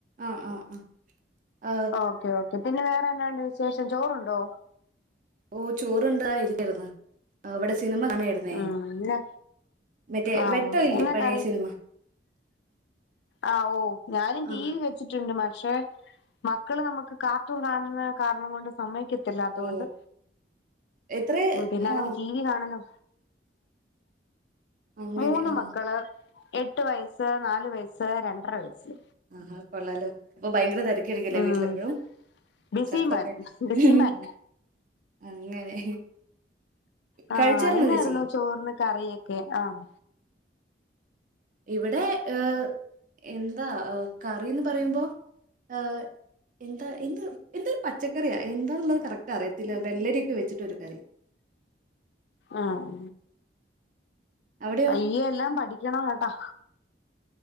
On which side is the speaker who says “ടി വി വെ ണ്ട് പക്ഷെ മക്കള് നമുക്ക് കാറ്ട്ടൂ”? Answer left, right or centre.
Left